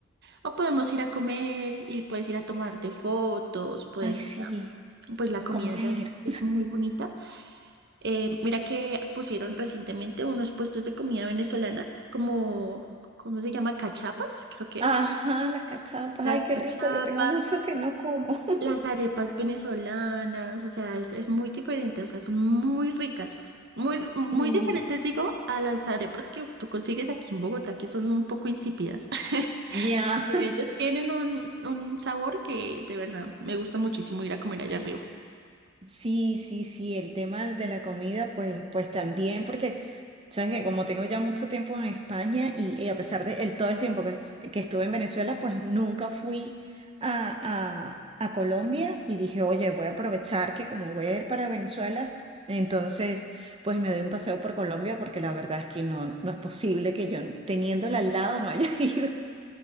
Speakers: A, on the right (about 55°); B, on the right (about 30°).
A: O podemos ir a comer y puedes ir a tomarte fotos, puedes
B: Ay, sí,
A: ir a... Pues la comida
B: comer.
A: ya es es muy bonita. Eh, mira que pusieron recientemente unos puestos de comida venezolana, como, ¿cómo se llama? Cachapas, creo que era.
B: Ajá, las cachapas.
A: Las
B: Ay, qué
A: cachapas,
B: rico, que tengo mucho que no como. <laughs>
A: las arepas venezolanas, o sea, es, es muy diferente, o sea, son muy ricas, muy, muy
B: Sí,
A: diferentes, digo, a las arepas que tú consigues aquí en Bogotá, que son un poco insípidas. <laughs>
B: ya.
A: Pero Ellos tienen un, un sabor que de verdad me gusta muchísimo ir a comer allá arriba.
B: Sí, sí, sí, el tema de la comida, pues, pues también, porque, sabes que como tengo ya mucho tiempo en España y, y a pesar de el, todo el tiempo que, est- que estuve en Venezuela, pues nunca fui a, a, a Colombia y dije, oye, voy a aprovechar que como voy a ir para Venezuela, entonces, pues me doy un paseo por Colombia, porque la verdad es que no, no es posible que yo, teniéndola al lado, no haya <laughs> ido.